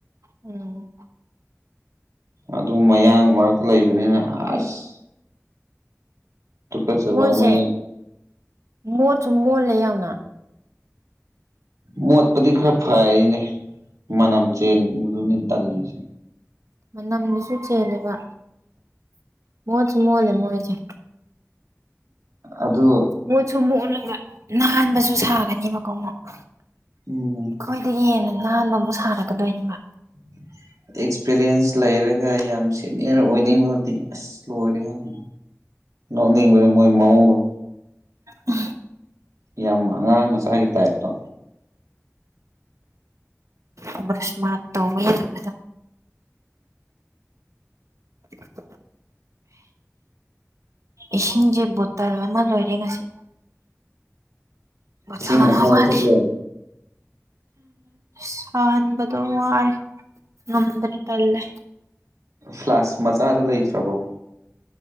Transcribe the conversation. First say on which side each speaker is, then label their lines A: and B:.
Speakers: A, on the right; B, on the right.
A: ꯎꯝ
B: ꯑꯗꯨ ꯃꯌꯥꯡ ꯃꯔꯛꯇ ꯂꯩꯕꯅꯤꯅ ꯑꯁ ꯇ ꯀꯩꯁꯕ
A: ꯃꯣꯏꯁꯦ
B: ꯃ
A: ꯃꯣꯠꯁꯨ ꯃꯣꯠꯂꯦ ꯌꯥꯝꯎꯅ
B: ꯃꯣꯠꯄꯗꯤ ꯈꯔ ꯐꯅꯦ ꯃꯅꯝ ꯆꯦꯇꯜꯁꯤ
A: ꯃ ꯑꯝꯅ ꯁꯨꯁꯅꯦ ꯃ ꯃꯣꯜ ꯃꯣꯏꯖ
B: ꯑꯗꯨ
A: ꯃꯣꯠꯁꯨ ꯃꯣꯠꯂꯒ ꯅꯥꯍꯟꯕꯁꯨ ꯁꯥꯒꯅꯦꯕꯀꯣ ꯑꯃꯨꯛ ꯑꯩꯈꯣꯏꯗꯒꯤ
B: ꯎꯝ
A: ꯍꯦꯟꯅ ꯅꯥꯟꯕ ꯑꯃꯨꯛ ꯁꯥꯔꯒꯗꯣꯏꯅꯦꯕ
B: <unintelligible> ꯑꯦꯛꯁꯄꯤꯔꯤꯌꯦꯟꯁ ꯂꯩꯔꯒ ꯌꯥꯝ ꯁꯤꯦꯅꯤꯌꯔ ꯑꯣꯏꯅꯤꯡꯕꯗꯤ ꯑꯁ ꯂꯣꯏꯔꯦꯪ ꯅꯣꯛꯅꯤꯡꯕꯗꯤ ꯃꯣꯏ ꯃꯑꯣꯡꯗꯣ
A: ꯎ
B: ꯌꯥꯝ ꯑꯉꯥꯡ ꯃꯆꯥꯒꯤ ꯇꯥꯏꯞꯇꯣ
A: ꯎꯝ ꯁꯃ ꯇꯣ ꯑꯣꯏꯔꯃꯤꯗ <unintelligible> ꯏꯁꯤꯡꯁꯦ ꯕꯣꯇꯜ ꯑꯃ ꯂꯣꯏꯔꯦ ꯉꯁꯤ ꯔꯁꯗꯅꯅꯤ
B: ꯏꯁꯤꯡ ꯑꯁꯥꯕ ꯊꯛꯂꯦ
A: ꯁꯅꯕꯗꯣ ꯋꯥꯔꯦ ꯉꯗ꯭ꯔꯦ ꯇꯂꯦ
B: ꯐ꯭ꯂꯥꯁ ꯃꯆꯥꯗꯨꯣ ꯂꯩꯇ꯭ꯔꯕꯣ